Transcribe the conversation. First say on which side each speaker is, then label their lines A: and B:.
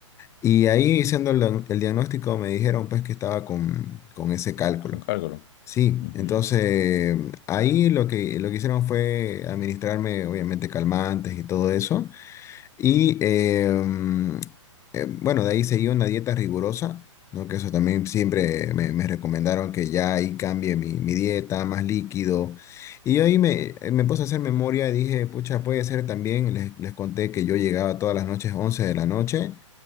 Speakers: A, on the left; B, on the left.
A: Y ahí, haciendo el, el diagnóstico, me dijeron pues que estaba con, con ese cálculo.
B: Con cálculo.
A: Sí,
B: Ujú,
A: entonces ahí lo que, lo que hicieron fue administrarme, obviamente, calmantes y todo eso. Y em, em, bueno, de ahí seguí una dieta rigurosa, ¿no? Que eso también siempre me, me recomendaron que ya ahí cambie mi, mi dieta, más líquido. Y yo ahí me, eh, me puse a hacer memoria y dije, pucha, puede ser también, les, les conté que yo llegaba todas las noches, 11 de la noche,